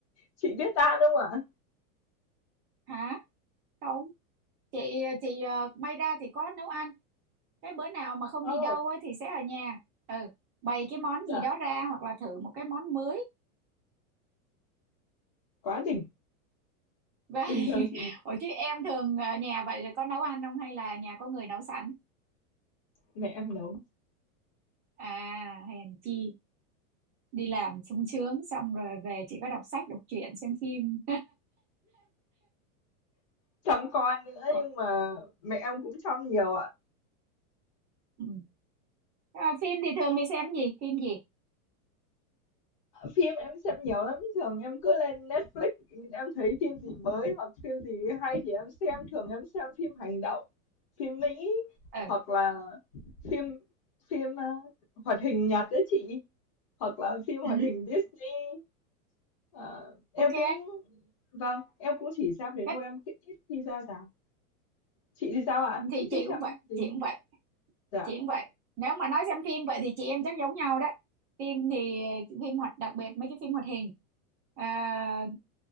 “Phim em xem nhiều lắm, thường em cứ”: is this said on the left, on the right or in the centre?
Left